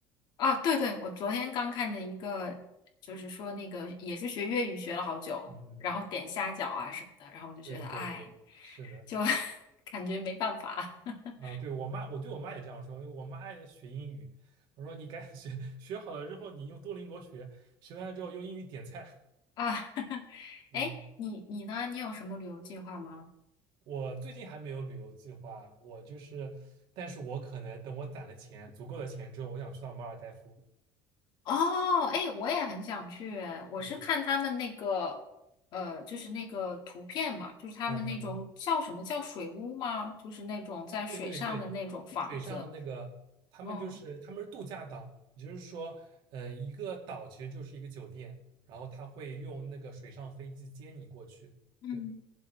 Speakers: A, on the left; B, on the right.
A: 啊，对对，我昨天刚看见一个，就是说那个也是学粤语学了好久，
B: 嗯嗯，
A: 然后点虾饺啊什么的，然后我就觉得，
B: 对对对，
A: 哎，
B: 是的。
A: 就 <laughs> 感觉没办法 <laughs>
B: 啊，对，我妈，我对我妈也这样说，因为我妈爱学英语，我说你赶紧学，<laughs> 学好了之后你用多邻国学，学完了之后用英语点菜。
A: 啊。<laughs>
B: 嗯，
A: 哎，你你呢？你有什么旅游计划吗？
B: 我最近还没有旅游计划，我就是，但是我可能等我攒了钱，足够的钱之后，我想去到马尔代夫。
A: 哦，哎，我也很想去，我是看他们那个，
B: 嗯
A: 呃，就是那个图片嘛，就是他们那种叫什么叫水屋吗？
B: 嗯嗯，
A: 就是那种在水上的那种房子。
B: 对对对，水上那个他们就是他们是度假岛，
A: 嗯
B: 也就是说，呃，一个岛其实就是一个酒店，然后他会用那个水上飞机接你过去。
A: 嗯。
B: 对，